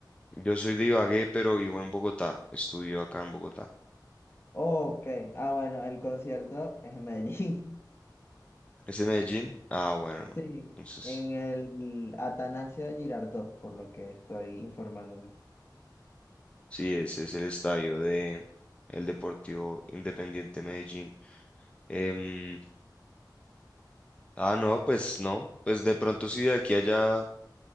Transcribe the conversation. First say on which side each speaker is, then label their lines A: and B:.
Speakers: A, on the left; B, on the left.
A: Yo soy de Ibagué, pero vivo en Bogotá. Estudio acá en Bogotá.
B: Ok, ah bueno, el concierto es en Medellín. <laughs>
A: ¿Es de Medellín? Ah, bueno, no.
B: Sí,
A: Entonces,
B: en el Atanasio Girardot, por lo que estoy informándome.
A: sí, ese es el estadio de el Deportivo Independiente Medellín. Em, ah, no, pues no. Pues de pronto si de aquí a allá